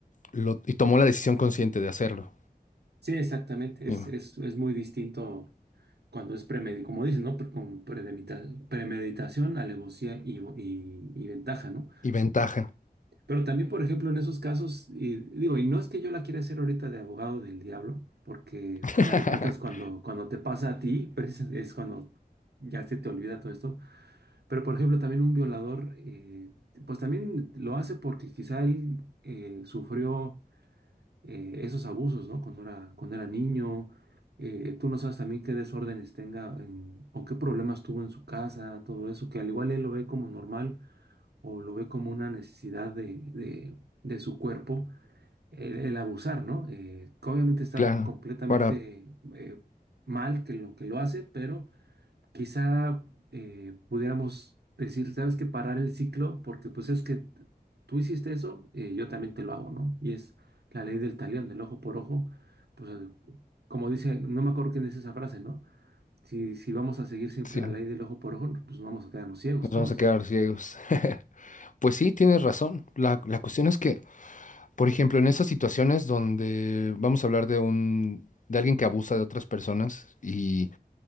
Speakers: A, on the left (about 50°); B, on the right (about 85°).
A: lo- y tomó la decisión consciente de hacerlo.
B: Sí, exactamente,
A: Y,
B: es, es, es muy distinto cuando es premeditación, como dicen, ¿no? Pre- Con premedita- premeditación, alevosía y, y y ventaja, ¿no?
A: y ventaja.
B: Pero también, por ejemplo, en esos casos, y digo, y no es que yo la quiera hacer ahorita de abogado del diablo, porque al
A: <laughs>
B: final de cuentas cuando, cuando te pasa a ti, <laughs> pues, es cuando ya se te olvida todo esto. Pero, por ejemplo, también un violador, eh, pues también lo hace porque quizá él eh, sufrió eh, esos abusos, ¿no? Cuando era, cuando era niño. Eh, tú no sabes también qué desórdenes tenga en- o qué problemas tuvo en su casa, todo eso, que al igual él lo ve como normal o lo ve como una necesidad de, de- de su cuerpo el, el abusar, ¿no? Eh, que obviamente está
A: Claro.
B: completamente
A: Para,
B: eh, mal que lo que lo hace, pero quizá eh, pudiéramos decir, ¿sabes qué? Parar el ciclo, porque pues es que tú hiciste eso, eh, yo también te lo hago, ¿no? Y es la ley del talión, del ojo por ojo, pues eh, como dice, no me acuerdo quién es esa frase, ¿no? Si, si vamos a seguir siempre
A: sí,
B: la
A: nos
B: ley del ojo por ojo, pues vamos a quedarnos ciegos todos.
A: vamos a quedar ciegos. <laughs> Pues sí, tienes razón. La, la cuestión es que, por ejemplo, en esas situaciones donde vamos a hablar de un, de alguien que abusa de otras personas y,